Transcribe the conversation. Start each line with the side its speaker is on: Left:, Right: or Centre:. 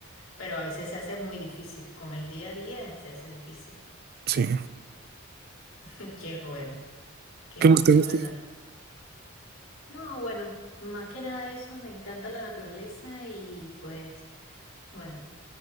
Left: Pero a veces se hace muy difícil. Con el día a día se hace difícil.
Right: Sí.
Left: <laughs> Qué bueno, qué
Right: ¿Qué
Left: bueno,
Right: más te gusta?
Left: ¿verdad? No, bueno, más que nada eso, me encanta la naturaleza y pues, bueno,